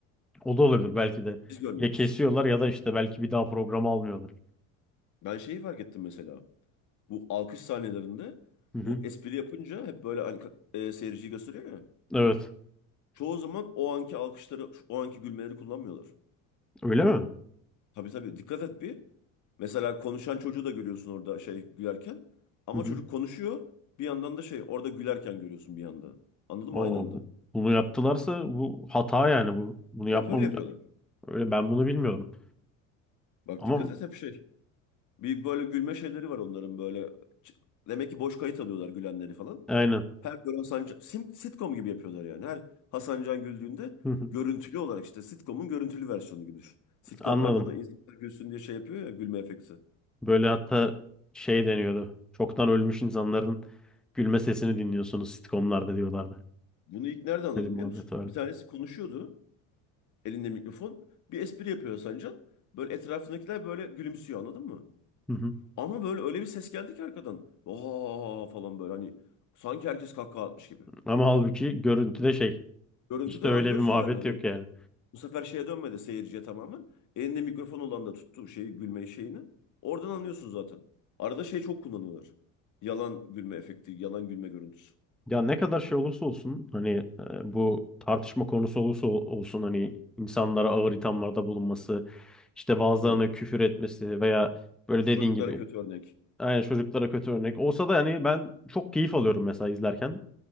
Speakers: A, in the centre; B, on the left.
A: o da olabilir belki de.
B: Biz görmüyoruz.
A: Ya kesiyorlar ya da işte belki bir daha programı almıyorlar.
B: Ben şeyi fark ettim mesela. Bu alkış sahnelerinde
A: Hı hı.
B: bu espri yapınca hep böyle hani, e, seyirciyi gösteriyor ya.
A: Evet.
B: çoğu zaman o anki alkışları, o anki gülmeleri kullanmıyorlar.
A: Öyle mi?
B: Tabii tabii dikkat et bir. Mesela konuşan çocuğu da görüyorsun orada şey gülerken. Ama
A: Hı hı.
B: çocuk konuşuyor. Bir yandan da şey orada gülerken görüyorsun bir yanda. Anladın
A: Oo,
B: mı? Aynı anda.
A: bu- bunu yaptılarsa bu hata yani bu. Bunu yapmam
B: Hep öyle yapıyorlar.
A: öyle ben bunu bilmiyordum.
B: Bak
A: Ama
B: dikkat et hep şey. Bir böyle gülme şeyleri var onların böyle. Ç- Demek ki boş kayıt alıyorlar gülenleri falan.
A: aynen.
B: Her böyle Hasan Can- sim- sitcom gibi yapıyorlar yani. Her Hasan Can güldüğünde
A: Hı hı.
B: görüntülü olarak işte sitcom'un görüntülü versiyonu gibi düşün. Sitcomlarda
A: Anladım.
B: da insanlar gülsün diye şey yapıyor ya gülme efekti.
A: Böyle hatta şey deniyordu. Çoktan ölmüş insanların gülme sesini dinliyorsunuz sitcomlarda diyorlardı.
B: Bunu ilk nerede anladım
A: Böyle bir muhabbet
B: biliyor musun?
A: var.
B: Bir tanesi konuşuyordu elinde mikrofon. Bir espri yapıyor Sancan. Böyle etrafındakiler böyle gülümsüyor anladın mı?
A: Hı hı.
B: Ama böyle öyle bir ses geldi ki arkadan. Oha falan böyle hani sanki herkes kahkaha atmış gibi.
A: Ama halbuki görüntüde şey
B: Görüntüde
A: işte öyle
B: anlıyorsun
A: bir muhabbet
B: yani. Hani
A: yok yani.
B: bu sefer şeye dönmedi seyirciye tamamen. Elinde mikrofon olan da tuttu şeyi gülmeyi şeyini. Oradan anlıyorsun zaten. Arada şey çok kullanıyorlar. Yalan gülme efekti, yalan gülme görüntüsü.
A: Ya ne kadar şey olursa olsun hani e, bu tartışma konusu olursa ol- olsun hani insanlara ağır ithamlarda bulunması, işte bazılarına
B: Ha.
A: küfür etmesi veya böyle dediğin
B: Çocuklara
A: gibi
B: kötü örnek.
A: yani çocuklara kötü örnek olsa da hani ben çok keyif alıyorum mesela izlerken.